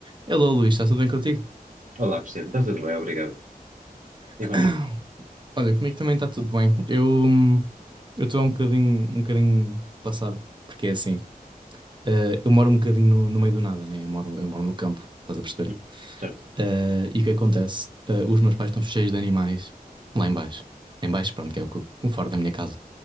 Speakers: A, on the right; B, on the right.
A: Hello, Luís, está tudo bem contigo?
B: Olá, Cristiano, está tudo bem? Obrigado. E
A: <coughs>
B: contigo?
A: Olha, comigo também está tudo bem. Eu hum, eu estou um bocadinho, um bocadinho passado, porque é assim, eh, eu moro um bocadinho no, no meio do nada, né? Eu moro, eu moro no campo, estás a perceber?
B: Uhum. Certo.
A: Eh, e o que acontece? Eh, os meus pais estão cheios de animais lá em baixo. Em baixo, pronto, que é o co- o fora da minha casa.